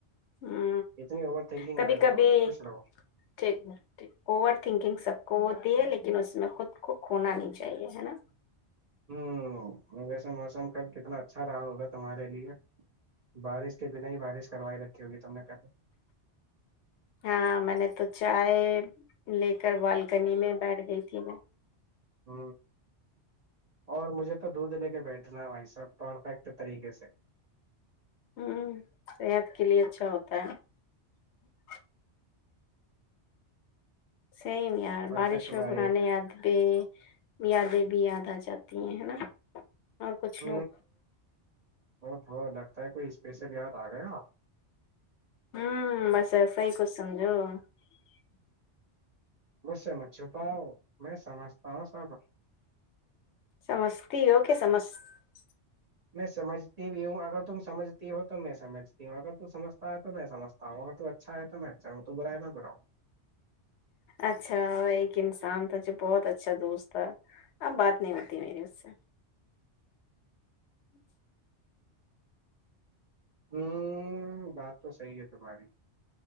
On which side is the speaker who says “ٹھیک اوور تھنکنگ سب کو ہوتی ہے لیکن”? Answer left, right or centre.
Left